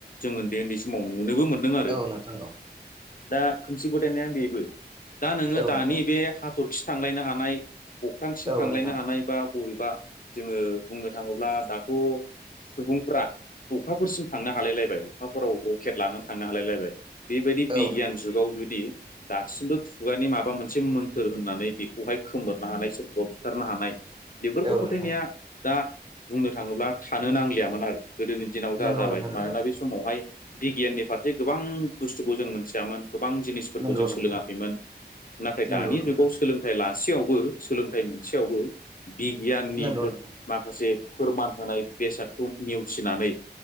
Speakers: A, on the left; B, on the right.
A: जों ओन्दै ओन्दै समाव नुनोबो मोनदों आरो।
B: औ नोंथां औ
A: दा खोमसि फोथायनाया बेबो। दा नोङो
B: औ
A: दानि
B: नोंथां
A: बे हाथ'रखि थांलायनो हानाय, अख्रांसिम
B: औ
A: थांलायनो
B: नोंथां
A: हानाय बा बबे बा जोङो बुंनो थाङोब्ला दाथ' सुबुंफ्रा अखाफोर थांनो हालाय लायबाय। अखाफोराव रकेट लानानै थांनो हालायलायबाय बेबायदि
B: औ
A: बिगियान
B: नोंथां औ नोंथां
A: जुगाव जुदि दासिमबो खुगानि माबा मोनसे मोन्थोर होननानै बेखौहाय खोमोरनो हानाय सोरखौबा बुथारनो हानाय बेफोरखौ
B: औ
A: फोथायनाया
B: नोंथां
A: दा बुंनो थाङोब्ला थानो नांलियामोन आरो गोदोनि दिनाव जा
B: नंगौ
A: जाबाय।
B: नोंथां
A: मानोना
B: नंगौ
A: बे समावहाय बिगियाननि फारसे गोबां बुस्थुखौ जों मोनथियामोन। गोबां जिनिसफोरखौ
B: नंगौ
A: जों
B: नोंथां
A: सोलोङाखैमोन। नाथाय
B: नंगौ
A: दानि
B: नोंथां
A: जुगाव सोलोंथाइ ला सेयावबो, सोलोंथाइ मोनसेयावबो बिगियाननिफोर
B: नंगौ नोंथां
A: माखासे फोरमान होनाय बेसादखौ नेवसिनानै